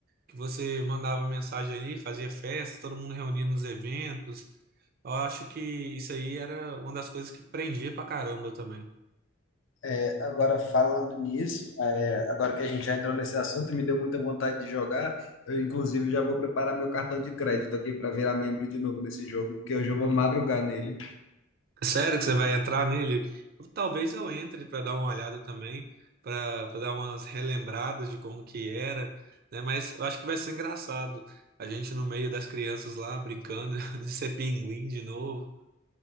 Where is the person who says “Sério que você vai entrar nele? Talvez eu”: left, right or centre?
Right